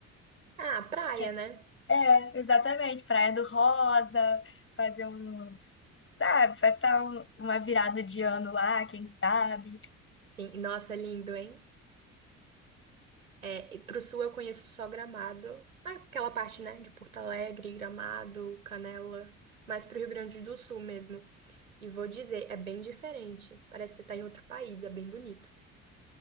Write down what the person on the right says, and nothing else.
Ah, praia,
né?
Sim, nossa, é lindo, hein? É, e pro sul eu conheço só Gramado. Ah, aquela parte, né? De Porto Alegre, Gramado, Canela. Mas pro Rio Grande do Sul mesmo. E vou dizer, é bem diferente. Parece que você tá em outro país, é bem bonito.